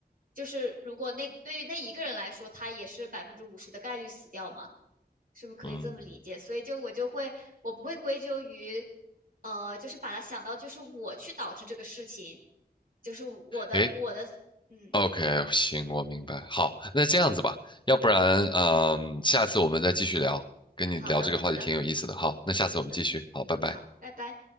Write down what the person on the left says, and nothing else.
嗯，
诶 o k 行，我明白。好，那这样子吧，要不然，嗯、下次我们再继续聊，跟你聊这个话题挺有意思的。
好，那下次我们继续。
好，拜拜。